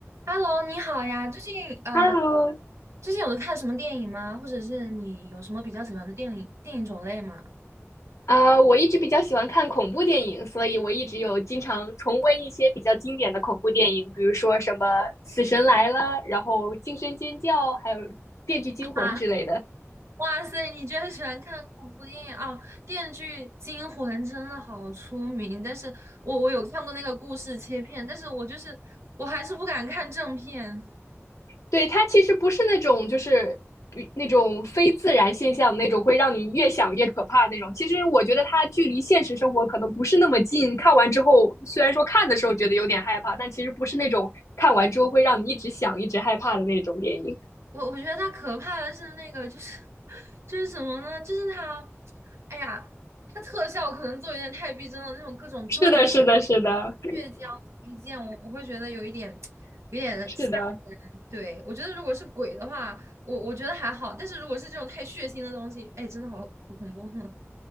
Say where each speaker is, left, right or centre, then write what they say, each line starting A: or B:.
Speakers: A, on the right; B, on the left.
A: Hello，你好呀！最近呃，
B: Hello，
A: 最近有看什么电影吗？或者是你有什么比较喜欢的电影电影种类吗？
B: 呃，我一直比较喜欢看恐怖电影，所以我一直有经常重温一些比较经典的恐怖电影，比如说什么《死神来了》，然后《惊声尖叫》，还有《电锯惊魂》之类的。
A: <laughs> 啊，哇塞，你居然喜欢看恐怖电影啊！电锯惊魂》真的好出名，但是我我有看过那个故事切片，但是我就是我还是不敢看正片。
B: 对，它其实不是那种就是比那种非自然现象那种会让你越想越可怕的那种。其实我觉得它距离现实生活可能不是那么近，看完之后虽然说看的时候觉得有点害怕，但其实不是那种看完之后会让你一直想、一直害怕的那种电影。
A: 我我觉得它可怕的是那个就是 <laughs> 就是什么呢？就是它，哎呀，它特效可能做有点太逼真了，那种各种断。
B: 是的，是的，是的。
A: 倔强推见我我会觉得有一点有点吓人。
B: 是的，
A: 对，我觉得如果是鬼的话，我我觉得还好，但是如果是这种太血腥的东西，哎，真的好好恐怖，<laughs>